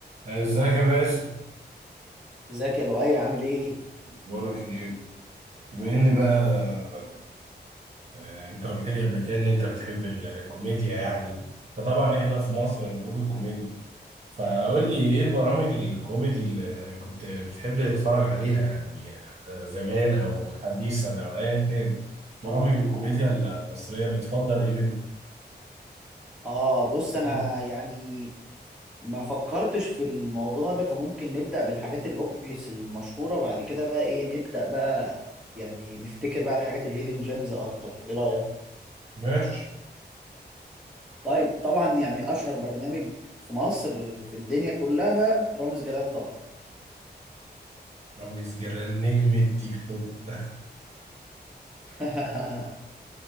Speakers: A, on the right; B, in the centre.
A: ازيك يا باسم
B: ازيك يا لؤي عامل ايه؟
A: اخبارك ايه بما ان بقى آه، انت قلت لي قبل كده ان انت بتحب الكوميديا يعني فطبعا احنا في مصر نضوج الكوميديا فقول لي ايه البرامج الكوميدي اللي كنت بتحب تتفرج عليها يعني آه، زمان او حديثا او ايا كان برامج الكوميديا المصرية بتفضل ايه منها
B: اه بص
A: <laughs>
B: انا يعني ما فكرتش في الموضوع ده فممكن نبدأ بالحاجات الاوبفيس المشهورة بعد كده بقى ايه نبدأ بقى يعني نفتكر بقى الحاجات الهيدن جيمز اكتر ايه رأيك؟
A: ماشي
B: طيب طبعا يعني اشهر برنامج في مصر في الدنيا كلها رامز جلال طبعا
A: رامز جلال نجم التيك توك <laughs>
B: <laughs>